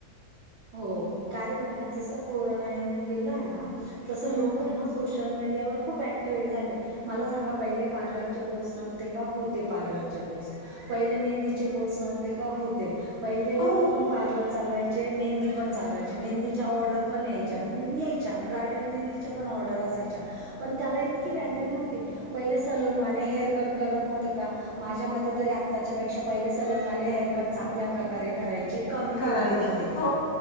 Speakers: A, on the right; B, on the left.
A: हो कारण आहे ना जसं कोरोना येऊन गेलाय ना तसं
B: हम्म
A: लोक आहे ना सोशल मीडियावर खूप ऍक्टिवेट झाले मला सांगा पहिले पार्लरचे कोर्स नव्हते का होते पार्लरचे कोर्स पहिले मेहंदीचे कोर्स नव्हते का होते पहिले
B: हो
A: लोक पण पार्लर चालवायचे मेहंदी पण चालायच्या मेहंदीच्या ऑर्डर पण यायच्या, यायच्या ब्रायडल मेहंदीच्या पण ऑर्डर असायच्या पण त्याला इतकी व्हॅल्यू नव्हती पहिले सलोनवाले हेअर कट करत नव्हते का माझ्या मते तरी आत्ताच्या पेक्षा पहिले सलूनवाले हेअरकट चांगल्या प्रकारे करायचे कमी
B: करायचे
A: किंमतीमध्ये
B: हो